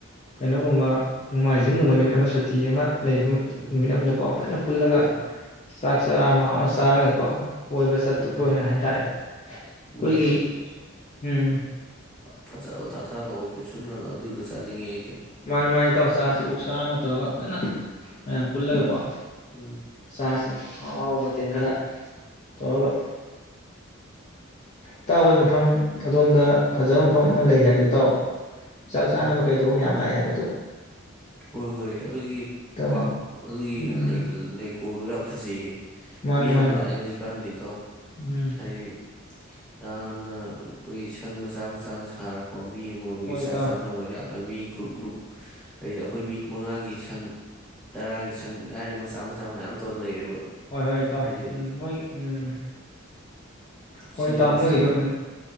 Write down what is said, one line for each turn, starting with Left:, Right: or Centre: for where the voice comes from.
Left: ꯀꯩꯅꯣꯒꯨꯝꯕ ꯅꯣꯡꯃꯥꯏꯖꯤꯡꯒꯨꯝꯕ ꯅꯨꯃꯤꯠ ꯑꯃ ꯁꯨꯇꯤ ꯑꯃ ꯂꯩꯕ
Centre: ꯎꯝ
Left: ꯅꯨꯃꯤꯠ ꯑꯃꯗꯀꯣ ꯐꯖꯅ ꯄꯨꯜꯂꯒ
Centre: ꯎꯝ
Left: ꯆꯥꯛ ꯆꯔꯥ ꯑꯃꯥ ꯍꯥꯎꯅ ꯆꯥꯔꯥꯒꯀꯣ ꯀꯣꯏꯕ ꯆꯠꯇꯨꯄ
Centre: ꯎꯝ
Left: ꯑꯣꯏꯅ ꯍꯥꯏꯇꯥꯔꯦ ꯑꯩꯈꯣꯏꯒꯤ
Centre: ꯎꯝ
Left: ꯎꯝ
Centre: ꯐꯖꯊ ꯑꯊ ꯂꯥꯛꯑꯣ ꯀꯦꯠꯁꯟ ꯀꯅꯣ ꯑꯗꯨꯗꯨꯣ ꯆꯥꯅꯤꯡꯉꯦ
Left: ꯃꯥꯟ ꯃꯥꯥꯏ ꯇꯧ ꯆꯥꯁꯤ ꯑꯣꯛ ꯆꯥ ꯑꯃ ꯇꯧꯔꯒ ꯐꯖꯅ ꯃ ꯌꯥꯝ ꯄꯨꯜꯂꯒꯦꯀꯣ
Centre: ꯎꯝ
Left: ꯁꯥꯁꯤ ꯑꯥꯎ ꯃ ꯀꯗꯥ ꯇ ꯏꯇꯥꯛ ꯍꯣꯏ ꯃꯐꯝ ꯑꯗꯣꯝꯗ ꯐꯖꯕ ꯃꯐꯝ ꯑꯃ ꯂꯩ ꯍꯥꯏꯕꯗꯨ ꯇꯥꯎ ꯆꯥꯛ ꯆꯥꯅꯕ
Centre: ꯎꯝ
Left: ꯀꯩꯗꯧꯕ ꯃ ꯌꯥꯝ ꯂꯥꯛꯑꯦ ꯍꯥꯏꯕ ꯈꯨꯗꯣꯛ
Centre: ꯍꯣꯏ ꯍꯣꯏ ꯑꯗꯨꯒꯤ
Left: ꯏꯇꯥꯎ
Centre: ꯄꯥꯛ ꯑꯗꯨꯒꯤ
Left: ꯎꯝ
Centre: ꯂꯩꯀꯣꯜꯗꯣ ꯌꯥꯝ ꯐꯖꯤꯌꯦ
Left: ꯃꯥꯅꯤ
Centre: ꯃꯤ ꯌꯥꯝ
Left: ꯃꯥꯅꯤ
Centre: ꯂꯥꯛꯑꯦ ꯍꯧꯖꯤꯛꯀꯥꯟꯗꯤꯗꯣ
Left: ꯎꯝ
Centre: ꯍꯥꯏꯗꯤ ꯌꯥꯝꯅ ꯑꯩꯈꯣꯏ ꯁꯪ ꯃꯆꯥ ꯃꯆꯥ ꯁꯥꯔꯣ ꯀ ꯃꯤ ꯑꯃꯃꯝꯒꯤ
Left: ꯍꯣꯏ
Centre: ꯆꯥꯛ
Left: ꯏꯇꯥꯎ
Centre: ꯆꯥꯅꯕ ꯃꯤ ꯒ꯭ꯔꯨꯞ ꯍꯥꯏꯗꯤ ꯑꯩꯈꯣꯏ ꯃꯤ ꯃꯉꯥꯒꯤ ꯁꯪ ꯇꯔꯥꯒꯤ ꯁꯪ ꯍꯥꯏꯔ ꯃꯆꯥ ꯃꯆꯥ ꯃꯌꯥꯝ ꯇꯧꯔ ꯂꯩꯔꯦꯕ
Left: ꯍꯣꯏ ꯍꯣꯏꯇꯥꯎ
Centre: ꯍꯥꯏꯗꯤ
Left: ꯎꯝ ꯃꯣꯏ ꯎꯝ ꯍꯣꯏ
Centre: ꯏꯁꯤꯡ
Left: ꯇꯥ
Centre: ꯅꯨꯡꯁꯤꯡ
Left: ꯃꯣꯏꯒꯤꯗꯣ